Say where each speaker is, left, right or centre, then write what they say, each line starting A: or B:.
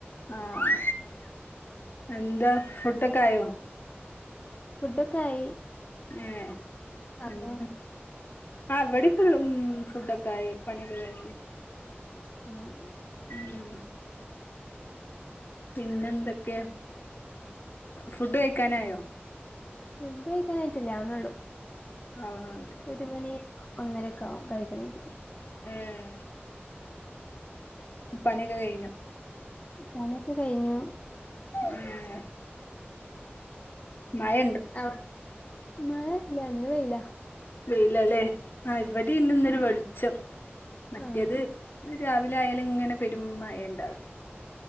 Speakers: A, on the left (about 55°); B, on the left (about 35°).
A: ആഹ് എന്താ ഫുഡൊക്കെ ആയോ?
B: ഫുഡൊക്കെ ആയി
A: ഏ
B: അവിടെ
A: ഉ ആഹ് വെടെ ഫുള്ളുംഫുഡ ഒക്കെ ആയി പണിയൊക്കെ കഴിഞ്ഞ്
B: ആ ണ്
A: ഉം പിന്നെന്തൊക്കെ ഫുഡ് കഴിക്കാനായോ
B: ഫുഡ് കഴിക്കാനായിയിട്ടല്ല അവ്ണൊള്ളൂ
A: ആണോള്ളുലേ
B: ഒരു മണി ഒന്നരക്കെ ആകും കഴിക്കണെങ്കിൽ
A: ഏഹ് പണിയൊക്കെ കഴിഞ്ഞൊ
B: പണിയൊക്കെ കഴിഞ്ഞു
A: ഉ മായ
B: അടെ മഴ ഇല്ല ഇന്ന് വെയില
A: വെയിലല്ലേ ആ ഇവിടെ ഇണ്ട് ഇന്നൊരു വെളിച്ചം മറ്റേത്
B: ആ ആ
A: രാവിലെ ആയാല് ഇങ്ങനെ പെരുംമഴ ഉണ്ടാവല്